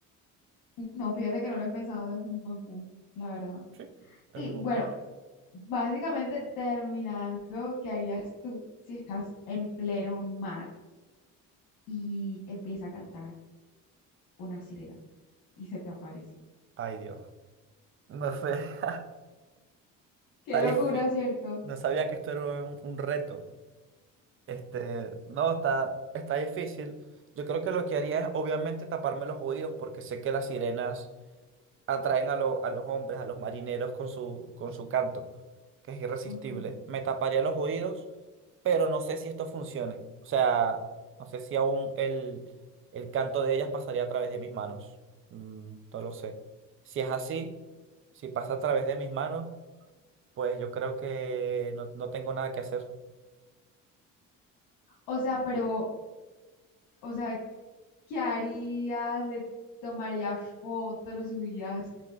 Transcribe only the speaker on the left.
No, fíjate que no lo he pensado, es un buen punto, la verdad.
Y
bueno,
básicamente terminando, ¿qué harías tú si estás en pleno mar y empieza a cantar una sirena y se te aparece?
Qué locura,
¿cierto?
Ajá.
O sea, pero O sea, ¿qué harías? ¿Le tomarías fotos? ¿Lo subirías